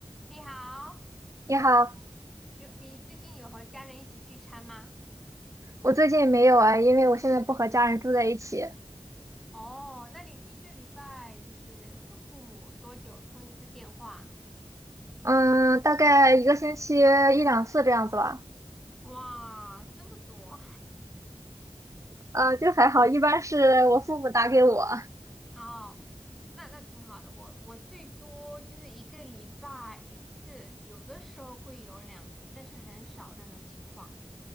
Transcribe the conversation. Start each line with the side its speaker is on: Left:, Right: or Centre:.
Centre: 你好，
Right: 你好，
Centre: 有你最近有和家人一起聚餐吗？
Right: 我最近没有啊，因为我现在不和家人住在一起，
Centre: 哦，那你一个礼拜就是和父母多久通一次电话？
Right: 嗯，大概一个星期一两次这样子吧，
Centre: 哇，这么多！
Right: 呃，就还好，一般是我父母打给我，
Centre: <laughs> 哦，那那挺好的。我我最多就是一个礼拜一次，有的时候会有两次，但是很少那种情况。